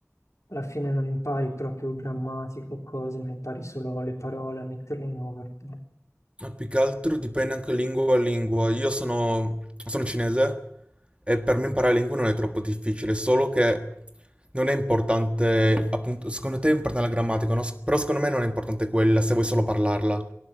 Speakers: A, on the left (about 65°); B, on the right (about 20°).
A: alla fine non impari proprio grammatico o cose, ma impari solo le parole a metterle in ordine.
B: Ma più che altro dipende anche lingua a lingua. Io sono, sono cinese e per me imparare lingue non è troppo difficile, solo che non è importante, appunto, secondo te è importante la grammatica, no? S- Però secondo me non è importante quella se vuoi solo parlarla.